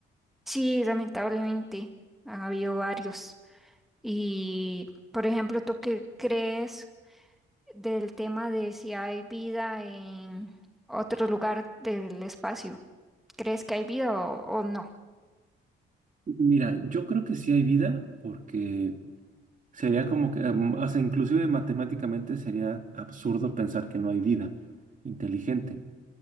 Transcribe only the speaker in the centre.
Sí, lamentablemente han habido varios. Y, por ejemplo, ¿tú qué crees? del tema de si hay vida en otro lugar del espacio. ¿Crees que hay vida o, o no?